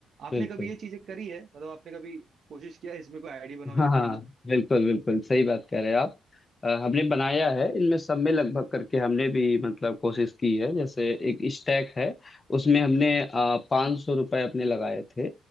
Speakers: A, on the right (about 55°); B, on the left (about 30°).
A: आपने
B: बिल्कुल
A: कभी ये चीजें करी है मतलब आपने कभी कोशिश किया है इसमें कोई आईडी बनाऊं
B: हाँ
A: या
B: हाँ
A: खेलूं
B: बिल्कुल बिल्कुल सही बात कह रहे हैं आप अ, हमने बनाया है इनमें सब में लगभग करके हमने भी मतलब कोशिश की है जैसे एक स्टैक है उसमें हमने पाँच सौ रुपये अपने लगाए थे